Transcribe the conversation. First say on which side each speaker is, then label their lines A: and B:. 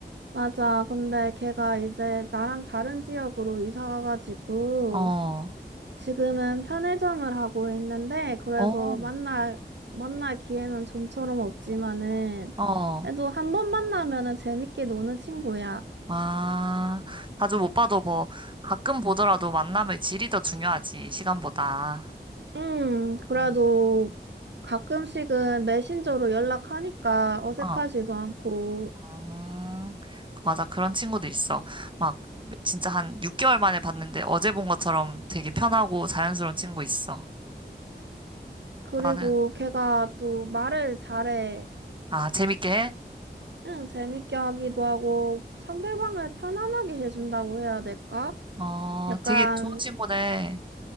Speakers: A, on the right; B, on the right.
A: 맞아. 근데 걔가 이제 나랑 다른 지역으로 이사 가가지고
B: 어,
A: 지금은 편의점을 하고 있는데 그래서
B: 어,
A: 만날 만날 기회는 좀처럼 없지만은
B: 어,
A: 그래도 한 번 만나면은 재밌게 노는 친구야.
B: 아, 자주 못 봐도 뭐 가끔 보더라도 만남의 질이 더 중요하지, 시간보다.
A: 음, 그래도
B: 어.
A: 가끔씩은 메신저로 연락하니까 어색하지도
B: 아,
A: 않고
B: 음, 맞아. 그런 친구도 있어. 막, 진짜 한 6개월 만에 봤는데 어제 본 것처럼 되게 편하고 자연스러운 친구 있어.
A: 그리고
B: 나는,
A: 걔가 또 말을 잘해.
B: 아, 재밌게 해?
A: 응, 재밌게 하기도 하고 상대방을 편안하게 해준다고 해야 될까?
B: 어,
A: 약간
B: 되게 좋은 친구네.